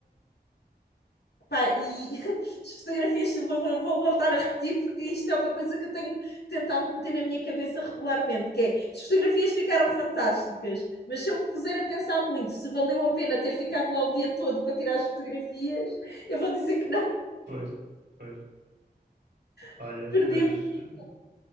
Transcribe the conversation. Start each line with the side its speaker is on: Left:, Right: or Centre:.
Left: Pá, e <laughs> as fotografias vou, vou- vou voltar a repetir porque isto é uma coisa que eu tenho tentado meter na minha cabeça regularmente, que é, as fotografias ficaram fantásticas, mas se eu me puser a pensar muito se valeu a pena ter ficado lá o dia todo para tirar as fotografias, eu vou dizer que não,
Right: pois, pois, olha,
Left: <laughs> perdi
Right: mas...
Left: o dia.
Right: eh,